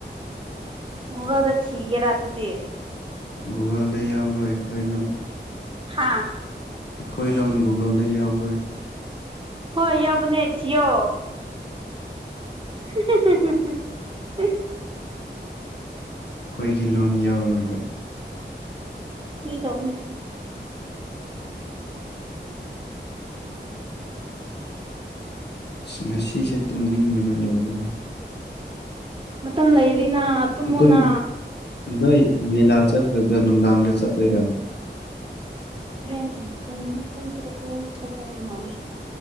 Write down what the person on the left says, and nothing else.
ꯒꯨꯨꯒꯜꯗ ꯌꯥꯎꯔꯣꯏ ꯑꯩꯈꯣꯏ ꯂꯣꯟ
ꯑꯩꯈꯣꯏ ꯂꯣꯟ ꯒꯨꯒꯜꯗ ꯌꯥꯎꯔꯣꯏ
ꯑꯩꯈꯣꯏꯒꯤ ꯂꯣꯟ ꯌꯥꯎꯔꯣꯏꯕ
ꯑ ꯉꯁꯤꯁꯦ ꯇꯨꯝꯅꯤꯡꯕꯅ ꯂꯣꯏꯔꯦ
ꯑꯗꯨꯝ ꯅꯣꯏ ꯃꯦꯂꯥ ꯆꯠꯂꯗ ꯅꯨꯡꯗꯥꯡꯗ ꯆꯠꯇꯠꯇꯣꯏꯔꯥ